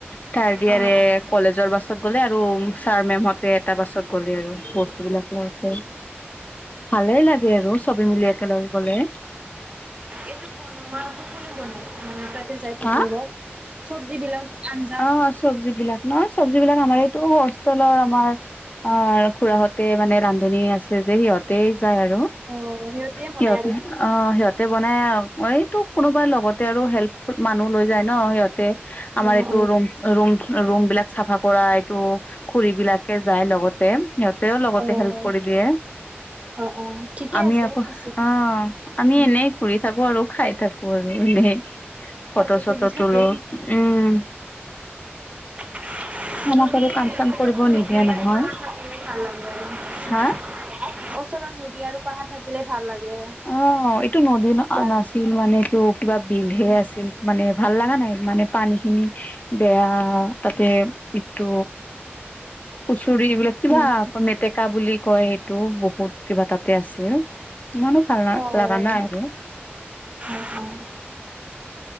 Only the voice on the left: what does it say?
ৰ্থাড ইয়াৰে
কলেজৰ বাছত গ'লে, আৰু ছাৰ মেম'হতে এটা বাছত গ'লে আৰু বস্ তো‌ বিলাক লগতে, ভালেই লাগে আৰু চ'বে মিলি একেলগ গ'লে।
হা
অঁ অঁ চবজি বিলাক। নহয় চবজি বিলাক, আমাৰ এইটো হোষ্টেলৰ আমাৰ অঁ, আৰু খুৰাহঁতে মানে ৰান্ধনী আছে যে, সিহঁতেই যায় আৰু।
সিহঁতে
অঁ। সিহঁতে বনাই আৰু, এইটো কোনোবাৰ লগতে আৰু হেল্প মানুহ লৈ যায় ন সিহতঁ তে, আমাৰ
এইটো ৰুম ৰুম ৰুম বিলাক চাফা কৰা এইটো খুৰী বিলাকে যায় লগতে। সিহঁতেও লগতে
হেল্প
কৰি দিয়ে,
আমি
আকৌ
অঁ। আমি,
এনেই ঘূৰি থাকোঁ আৰু খাই থাকোঁ, আৰু এনেই।
ফটো-চটো
তোলোঁ, উম।
আমাক
আৰু কাম চাম
কৰিব নিদিয়ে
নহয়
হা
অ', এইটো নদী
নাছিল মানে এইটো কিবা বিলহে
আছিল। মানে ভাল লগা নাই মানে পানী খিনি বেয়া তাতে ইটো কচুৰি এইবিলাক কিবা
মেটেক কা বুলি কয় এইটো বহুত কিবা তাতে আছে। ইমানো ভাল
লগা নাই আৰু